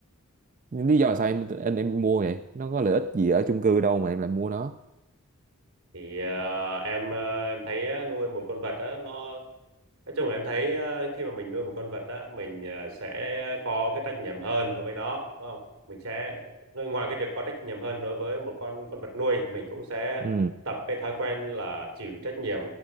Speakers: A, on the right; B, on the right.
A: Nhưng lý do là sao em, em em mua vậy nó có lợi ích gì ở chung cư đâu mà em lại mua nó
B: Thì ờ, em ờ, em thấy á, nuôi một con vật á, nó nói chung là em thấy ờ, khi mà mình nuôi một con vật á mình ờ, sẽ có cái trách nhiệm hơn đối với nó đúng không mình sẽ ngoài cái việc có trách nhiệm hơn đối với một con con vật nuôi mình cũng sẽ
A: ừ
B: tập cái thói quen là chịu trách nhiệm